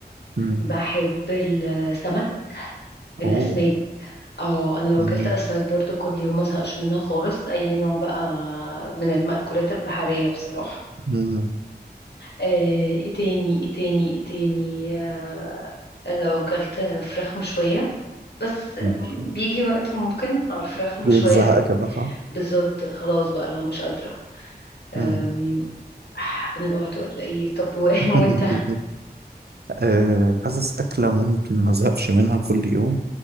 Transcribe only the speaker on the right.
مم.
أوه
مم.
مم.
ماشي
يجيلك زهق كده صح؟
مم.
<laughs>
آه، حاسس أكلة ممكن ما أزهقش منها كل يوم